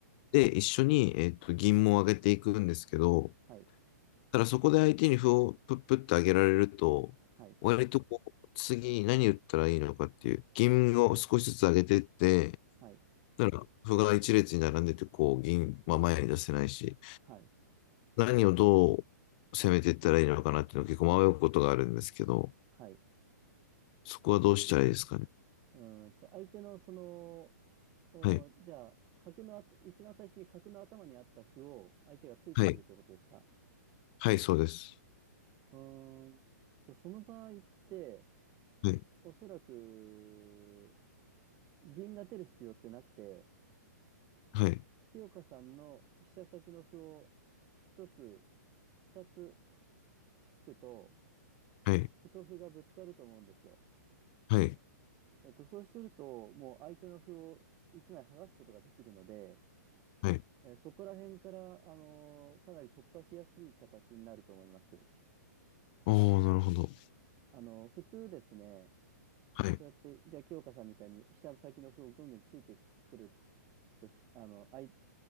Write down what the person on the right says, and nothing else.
はい、
はい、
はい、
はい、
はい。
うーんと、相手のその、おじゃあ、
角のあと、一番最初に角の頭にあった歩を相手がついてくるということですか
うーんと、その場合って、
おそらく、銀が出る必要ってなくて、
清香さんの飛車先の歩を一つ、二つつくと、
歩と歩がぶつかると思うんですよ。
えっと、そうすると、もう相手の歩を一枚剥がすことができるので、
えーそこら辺から、あのーかなり突破しやすい形になると思います。
あのー普通ですね、
そうやって、じゃあ、清香さんみたいに飛車先の歩をぐんぐんついてくるとし、あの、あい、